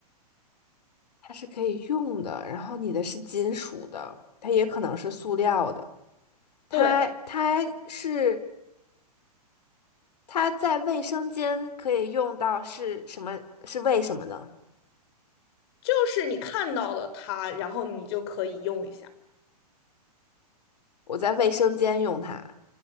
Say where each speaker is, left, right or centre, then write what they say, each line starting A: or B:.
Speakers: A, on the left; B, on the left.
A: 它是可以用的。然后你的是金属的，它也可能是塑料的。它它是
B: 对，
A: 它在卫生间可以用到是什么？是为什么呢？
B: 就是你看到了它，然后你就可以用一下。
A: 我在卫生间用它，